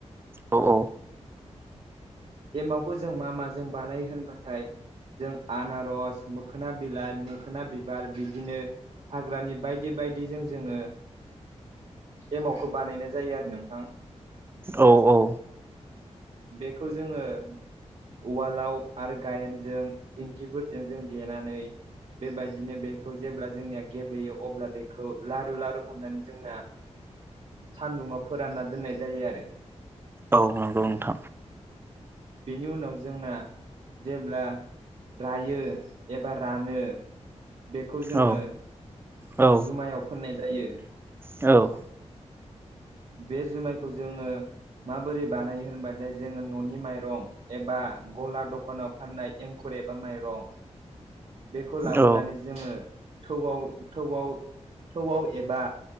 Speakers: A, on the right; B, on the right.
A: औ औ
B: एमावखौ जों मा माजों बानायो होनबाथाय जों आनारस मोखोना बिलाइ मोखोना बिबार बिदिनो हाग्रानि बायदि बायदिजों जोङो एमावखौ बानायनाय जायो आरो नोंथां।
A: औ औ
B: बेखौ जोङो उवालाव आरो गायेनजों इंखिफोरजोंजों देनानै बेबायदिनो बेखौ जेब्ला जोंनिया गेब्लेयो अब्ला बेखौ लारु लारु खालामनानै जोंना। सानदुङाव फोरानना दोननाय जायो आरो।
A: औ नंगौ नोंथां।
B: बेनि उनाव जोंना जेब्ला रायो एबा रानो बेखौ जोङो
A: औ औ
B: जुमायाव फोननाय जायो।
A: औ
B: बे जुमायखौ जोङो माबोरै बानायो होनबाथायाय जोङो न'नि माइरं, एबा गला दखानाव फाननाय एंखुर एबा माइरं बेखौ लाबोनानै
A: औ
B: जोङो थौआव थौआव थौआव एबा